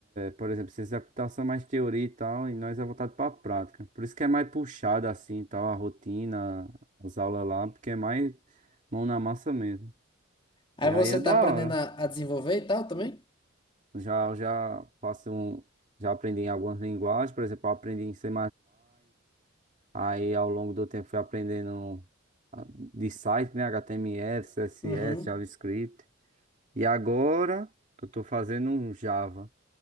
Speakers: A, on the right (about 35°); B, on the left (about 25°).
A: Por exemplo, ciência da computação é mais teoria e tal, e nós é voltado para a prática. Por isso que é mais puxado assim, e tal, a rotina, as aulas lá, porque é mais mão na massa mesmo.
B: Aí
A: E
B: você
A: aí é da
B: tá aprendendo
A: hora.
B: a, a desenvolver e tal também?
A: Já já faço um, já aprendi em algumas linguagens, por exemplo, eu aprendi em C++, aí ao longo do tempo fui aprendendo ah, de site, né, HTML, CSS,
B: Uhum.
A: JavaScript. E agora eu tô fazendo um Java.